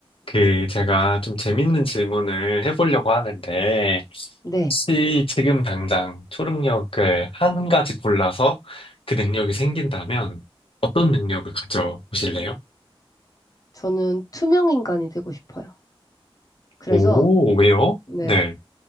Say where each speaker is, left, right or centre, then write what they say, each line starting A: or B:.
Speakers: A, on the left; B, on the left.
A: 그, 제가 좀 재밌는 질문을 해보려고 하는데,
B: 네.
A: 혹시 지금 당장 초능력을 한 가지 골라서 그 능력이 생긴다면 어떤 능력을 가져보실래요?
B: 저는 투명 인간이 되고 싶어요. 그래서,
A: 오, 왜요?
B: 네.
A: 네.